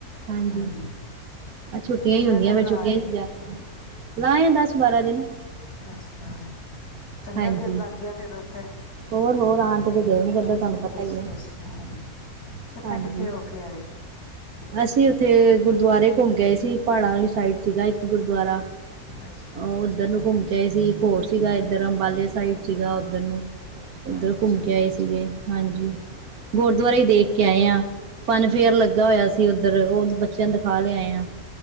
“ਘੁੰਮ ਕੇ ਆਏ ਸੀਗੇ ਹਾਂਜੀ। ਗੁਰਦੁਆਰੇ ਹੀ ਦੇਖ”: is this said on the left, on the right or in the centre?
Right